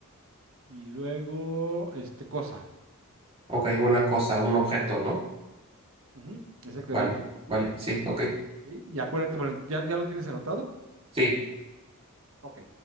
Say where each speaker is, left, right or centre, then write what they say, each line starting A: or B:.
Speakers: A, on the right (about 65°); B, on the right (about 25°).
A: y luego este cosa.
B: ok, una cosa, un objeto, ¿no?
A: Ujú, exactamente.
B: Vale, vale, sí, ok,
A: Y, y acuérdate, bueno, ¿ya, ya lo tienes anotado?
B: sí,
A: Ok.